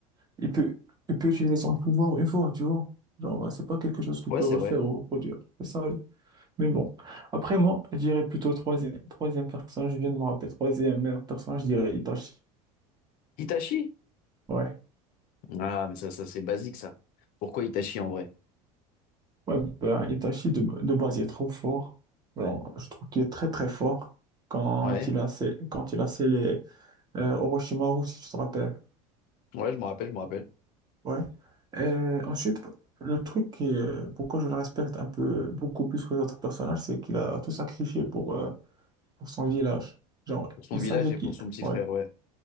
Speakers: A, on the right; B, on the left.
A: il peut, il peut utiliser son pouvoir une fois, tu vois. Genre, c'est pas quelque chose qu'il
B: Ouais,
A: peut
B: c'est
A: refaire
B: vrai.
A: ou reproduire. C'est ça. le- Mais bon. Après, moi, je dirais plutôt troisième, troisième personnage, je viens de me rappeler, troisième meilleur personnage, je dirais Itachi.
B: Itachi?
A: Ouais.
B: Ah, mais ça, ça, c'est basique, ça. Pourquoi Itachi en vrai?
A: Ouais, ben, Itachi, de, de base, il est trop fort. Genre, je trouve qu'il est très, très fort quand
B: Ouais,
A: il a, scé- quand il a scellé euh, Orochimaru, si tu te rappelles.
B: ouais, je me rappelle, je me rappelle.
A: Ouais. Et ensuite, le truc qui est- pourquoi je le respecte un peu beaucoup plus que les autres personnages, c'est qu'il a tout sacrifié pour, euh, pour son village. Genre,
B: Pour son
A: il
B: village
A: savait
B: et
A: qu'il...
B: pour son petit
A: Ouais.
B: frère, ouais,